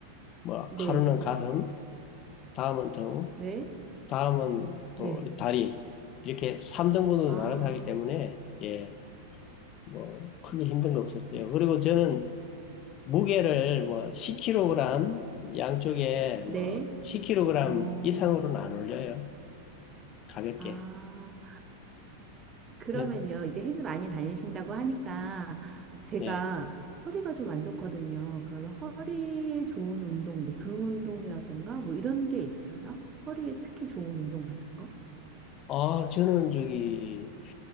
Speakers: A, on the left (about 35°); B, on the right (about 25°).
A: 뭐
B: 네.
A: 하루는 가슴, 다음은 등,
B: 네.
A: 다음은 또
B: 네.
A: 다리 이렇게 3등분으로
B: 아,
A: 나눠서 하기 때문에 예. 뭐 크게 힘든 거 없었어요. 그리고 저는 무게를 뭐 10kg 양쪽에 뭐
B: 네.
A: 10kg
B: 어.
A: 이상으로는 안 올려요. 가볍게.
B: 아, 그러면요.
A: 그래서
B: 이제 헬스 많이 다니신다고 하니까 제가
A: 예.
B: 허리가 좀 안 좋거든요. 그러면 허리에 좋은 운동, 뭐 등 운동이라든가 뭐 이런 게 있어요? 허리에 특히 좋은 운동 같은 거?
A: 아, 저는 저기